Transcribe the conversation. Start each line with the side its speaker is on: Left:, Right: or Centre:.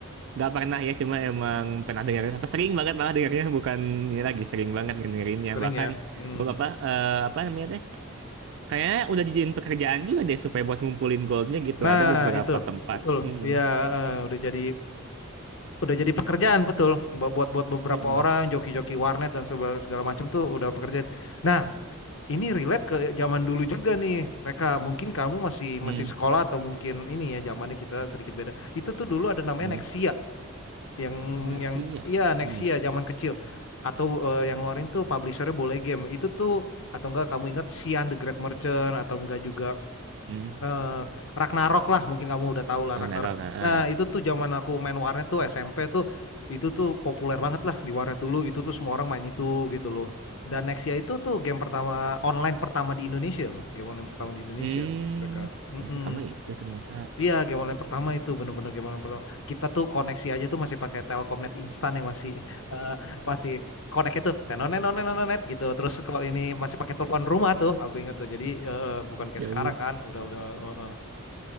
Right: nggak pernah ya, cuma emang pernah dengar apa sering banget malah dengarnya bukan ini lagi sering banget dengerinnya.
Left: sering
Right: Bahkan
Left: ya hmm.
Right: beberapa eh, apa namanya teh? Kayaknya udah dijadiin pekerjaan juga deh supaya buat ngumpulin goldnya gitu.
Left: nah
Right: Ada beberapa
Left: itu
Right: tempat.
Left: betul
Right: Mm-mm.
Left: ya eh, udah jadi udah jadi pekerjaan betul buat buat buat beberapa
Right: Mm-mm.
Left: orang joki-joki warnet dan seba- segala macam tuh udah pekerjaan nah Ini relate ke zaman dulu juga nih, Reka. Mungkin kamu masih masih
Right: Mm-mm.
Left: sekolah atau mungkin ini ya zamannya kita sedikit beda. Itu tuh dulu ada namanya
Right: mm.
Left: Nexia yang
Right: Naksir
Left: yang
Right: ya.
Left: iya Nexia
Right: Hmm.
Left: zaman kecil atau eh, yang luarin tuh publishernya Boleh Game. Itu tuh atau enggak kamu ingat Xian the Great Merchant atau enggak juga
Right: Hmm.
Left: eh, Ragnarok lah mungkin kamu udah tahu lah
Right: Oh,
Left: Ragnarok.
Right: Narok, ah. ah.
Left: Nah itu tuh zaman aku main warnet tuh SMP tuh itu tuh populer banget lah di warnet dulu itu tuh semua orang main itu gitu loh. Dan Nexia itu tuh game pertama online pertama di Indonesia loh game online pertama di Indonesia
Right: Hmm.
Left: mereka. Mm-mm.
Right: Yang pertama itu ternyata.
Left: Iya game online pertama itu bener-bener game online pertama. Kita tuh koneksi aja tuh masih pakai Telkomnet instan yang masih <laughs> eh, masih connect itu tenonet tenonet gitu terus kok ini masih pakai telepon rumah tuh aku ingat tuh jadi eh, eh, bukan kayak
Right: Ya
Left: sekarang
Right: ampun.
Left: kan udah udah eh, eh